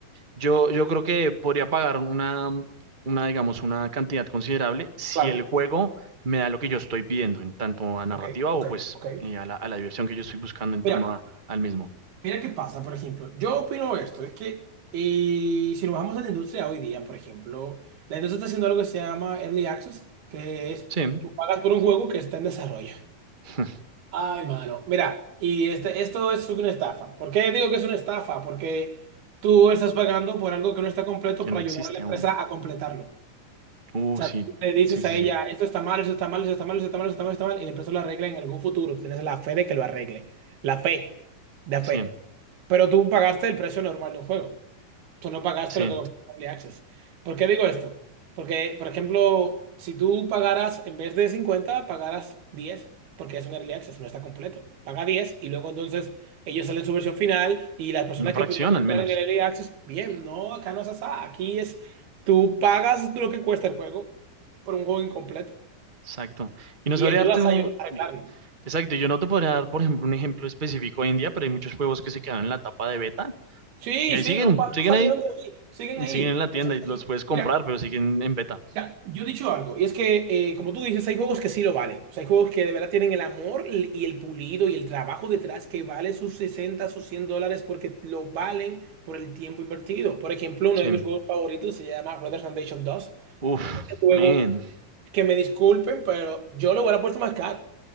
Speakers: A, on the right; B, on the right.
A: yo, yo creo que podría pagar una, una, digamos, una cantidad considerable si
B: Claro,
A: el juego me da lo que yo estoy pidiendo, en tanto a narrativa
B: ok, ok,
A: o pues
B: ok.
A: eh, a la, a la diversión que yo estoy buscando en torno
B: Mira,
A: a- al mismo.
B: mira qué pasa, por ejemplo. Yo opino esto, es que eh, si nos bajamos a la industria hoy día, por ejemplo, la industria está haciendo algo que se llama Early Access, que es
A: Sí,
B: tú pagas por un juego que está en desarrollo.
A: <laughs>
B: Ay, mano. Mira, y este, esto es una estafa. ¿Por qué digo que es una estafa? Porque tú estás pagando por algo que no está completo
A: que
B: para
A: no existe
B: ayudar a la empresa
A: aún.
B: a completarlo. O
A: Uh,
B: sea,
A: sí,
B: tú le dices
A: sí, sí,
B: a ella,
A: sí,
B: esto está mal, esto está mal, esto está mal, esto está mal, esto está mal, esto está mal, y la empresa lo arregla en algún futuro. Tú Tienes la fe de que lo arregle. La fe, de fe.
A: sí,
B: Pero tú pagaste el precio normal de un juego tú no pagaste
A: sí,
B: lo que costó el Early Access. ¿Por qué digo esto? Porque, por ejemplo, si tú pagaras, en vez de 50 pagaras 10 porque es un Early Access, no está completo. Paga 10 y luego entonces ellos salen su versión final y las personas
A: una fracción
B: que pudieron
A: al
B: entrar
A: menos.
B: en el Early Access, bien, no, acá no es así. Aquí es, tú pagas lo que cuesta el juego por un juego incompleto
A: Exacto. Y no
B: y
A: sabría
B: ayudas
A: darte un,
B: a a arreglarlo.
A: Exacto, yo no te podría dar, por ejemplo, un ejemplo específico hoy en día, pero hay muchos juegos que se quedaron en la etapa de beta
B: Sí,
A: y ahí
B: sí,
A: siguen,
B: no, pa-
A: siguen
B: no salieron
A: ahí,
B: de ahí, siguen ahí.
A: siguen en la tienda
B: No se-
A: y los puedes comprar,
B: Mira,
A: pero siguen en beta.
B: Mira, yo he dicho algo, y es que, eh, como tú dices, hay juegos que sí lo valen. O sea, hay juegos que de verdad tienen el amor l- y el pulido y el trabajo detrás que vale sus 60 sus 100 dólares porque lo valen por el tiempo invertido. Por ejemplo, uno
A: Sí.
B: de mis juegos favoritos se llama Red Dead Redemption 2.
A: Uf,
B: El juego,
A: man.
B: que me disculpen, pero yo lo hubiera puesto más caro.